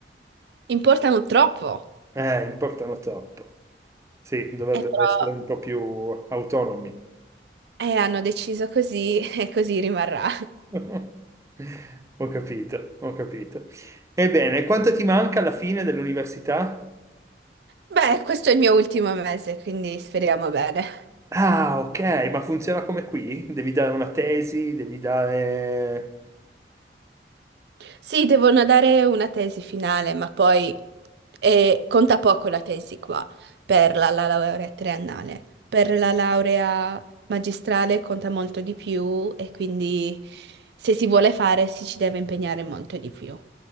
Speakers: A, on the right; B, on the right.
A: Importano troppo.
B: eh, importano troppo. Sì, dovrebbero
A: E però,
B: essere un po' più autonomi.
A: eh, hanno deciso così <laughs> e così rimarrà.
B: <laughs> Ho capito, ho capito. Ebbene, quanto ti manca alla fine dell'università?
A: Beh, questo è il mio ultimo mese, quindi speriamo bene.
B: Ah, ok, ma funziona come qui? Devi dare una tesi, devi dare...
A: Sì, devono dare una tesi finale, ma poi eh, conta poco la tesi qua per la, la laurea triennale. Per la laurea magistrale conta molto di più e quindi se si vuole fare si ci deve impegnare molto di più.